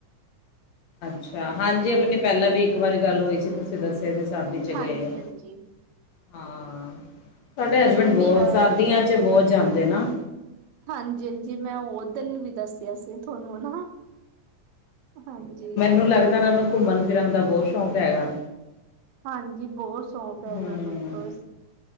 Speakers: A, on the left; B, on the right.
A: ਅੱਛਾ ਹਾਂਜੀ ਆਪਣੀ ਪਹਿਲਾਂ ਵੀ ਇੱਕ ਵਾਰੀ ਗੱਲ ਹੋਈ ਸੀ ਤੁਸੀਂ ਦੱਸਿਆ ਸੀ ਸ਼ਦੀ ਚ
B: ਹਾਂਜੀ
A: ਗਏ ਆ
B: ਹਾਂਜੀ
A: ਹਾਂ ਤਵਾਡੇ
B: ਪਹਿਲੇ
A: ਹਸਬੈਂਡ ਬਹੁਤ
B: ਵੀ ਆ
A: ਸਰਦੀਆਂ 'ਚ ਬਹੁਤ ਜਾਂਦੇ ਨਾ
B: ਹਾਂਜੀ ਹਜੀ ਜੀ ਮੈਂ ਓ ਦਿਨ ਵੀ ਦੱਸਿਆ ਸੀ ਤੁਹਾਨੂੰ ਨਾ ਹਾਂਜੀ
A: ਨੂੰ ਲੱਗਦਾ ਇਹਨਾਂ ਨੂੰ ਘੁੰਮਣ ਫਿਰਨ ਦਾ ਬਹੁਤ ਸ਼ੌਕ ਹੈਗਾ
B: ਹਾਂਜੀ ਬਹੁਤ ਸ਼ੌਕ ਹੈ
A: ਹੂੰ
B: ਇਹਨਾਂ ਨੂੰ ਬੱਸ